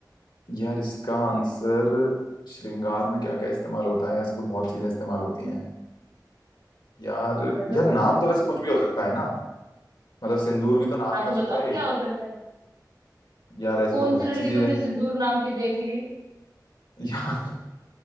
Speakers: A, on the left (about 80°); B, on the right (about 85°).
A: यार इसका आंसर श्रृंगार में क्या क्या इस्तेमाल होता है ऐसे तो बहुत चीजें इस्तेमाल होती हैं यार
B: सोचो
A: यार
B: सोचो
A: नाम तो वैसे कुछ भी हो सकता है ना मतलब सिंदूर भी तो नाम
B: हाँ
A: ही
B: तो
A: हो
B: बताओ
A: सकता है
B: क्या
A: एक
B: हो सकता है
A: यार ऐसे
B: कौन
A: तो बहुत
B: सी लड़की
A: सी चीजें
B: तुमने सिंदूर नाम की देख ली
A: <laughs> यार